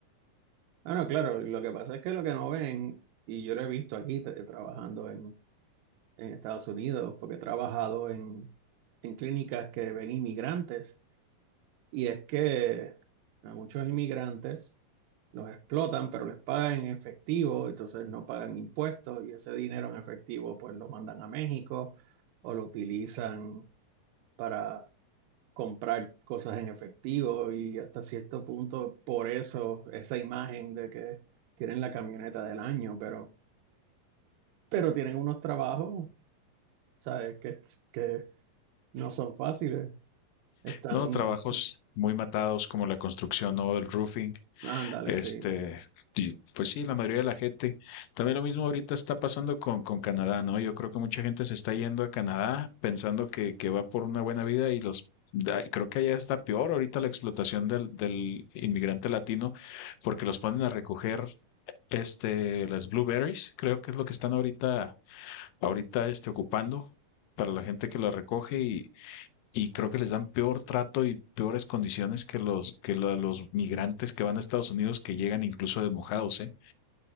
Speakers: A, on the right; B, on the left.
A: Ah, no, claro, lo que pasa es que lo que no ven, y yo lo he visto aquí t- trabajando en, en Estados Unidos, porque he trabajado en, en clínicas que ven inmigrantes. Y es que a muchos inmigrantes los explotan, pero les pagan en efectivo, entonces no pagan impuestos y ese dinero en efectivo pues lo mandan a México o lo utilizan para comprar cosas en efectivo y hasta cierto punto por eso esa imagen de que tienen la camioneta del año, pero, pero tienen unos trabajos, ¿sabes? Que, que no son fáciles, están,
B: No, trabajos muy matados como la construcción o el roofing.
A: ándale,
B: Este,
A: sí.
B: y, pues sí, la mayoría de la gente. También lo mismo ahorita está pasando con, con Canadá, ¿no? Yo creo que mucha gente se está yendo a Canadá pensando que, que va por una buena vida y los da- y creo que allá está peor ahorita la explotación del, del inmigrante latino porque los ponen a recoger este las blueberries, creo que es lo que están ahorita ahorita este ocupando para la gente que las recoge y y creo que les dan peor trato y peores condiciones que los que la- los migrantes que van a Estados Unidos que llegan incluso de mojados, ¿eh?